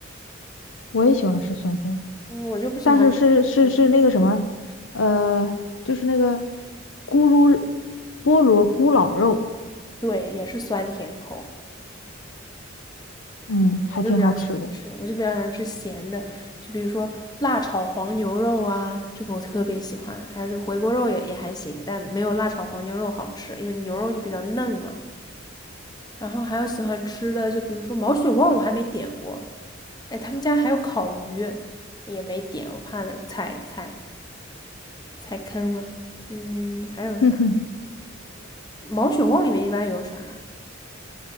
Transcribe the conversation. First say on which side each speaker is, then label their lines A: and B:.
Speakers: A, on the left; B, on the left.
A: 我也喜欢吃酸甜口，
B: 嗯，我就不喜欢。
A: 但是是是是那个什么，
B: 嗯。
A: 呃，就是那个咕噜菠萝咕老肉，
B: 对，也是酸甜口。
A: 嗯，还挺好吃的。
B: 我就比较喜欢吃，我就比较喜欢吃咸的，就比如说辣炒黄牛肉啊，这个我特别喜欢。还有这个回锅肉也也还行，但没有辣炒黄牛肉好吃，因为牛肉就比较嫩嘛。然后还有喜欢吃的，就比如说毛血旺，我还没点过。哎，他们家还有烤鱼，也没点，我怕踩踩踩坑了。嗯，还有啥？
A: 哼哼，
B: 毛血旺里面一般有啥？